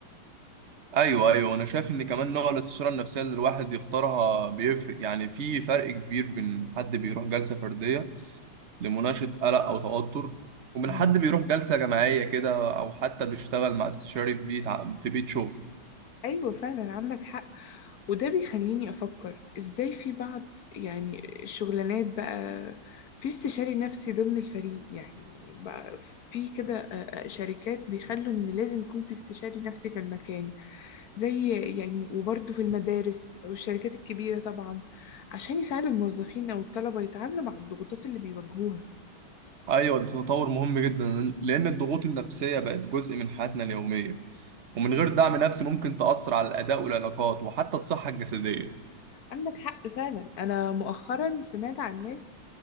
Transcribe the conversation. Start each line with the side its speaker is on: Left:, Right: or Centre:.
Right: ايوه ايوه انا شايف ان كمان نوع الاستشارة النفسية اللي الواحد يختارها بيفرق يعني في فرق كبير بين حد بيروح جلسة فردية لمناقشة قلق او توتر ومن
Left: مم.
Right: حد بيروح جلسة جماعية كده او حتى بيشتغل مع استشاري في بيت ع- في بيت شغل
Left: أيوة فعلا عندك حق وده بيخليني أفكر إزاي في بعض يعني الشغلانات بقى في استشاري نفسي ضمن الفريق يعني بقى في كده آه، آه، شركات بيخلوا إن لازم يكون في استشاري نفسي في المكان زي يعني وبرضه في المدارس والشركات الكبيرة طبعا عشان يساعدوا الموظفين أو الطلبة يتعاملوا مع الضغوطات اللي بيواجهوها
Right: ايوه ده تطور مهم جدا لان الضغوط النفسيه بقت جزء من حياتنا اليوميه ومن غير دعم نفسي ممكن تاثر على الاداء والعلاقات وحتى الصحه الجسديه
Left: عندك حق فعلا أنا مؤخرا سمعت عن ناس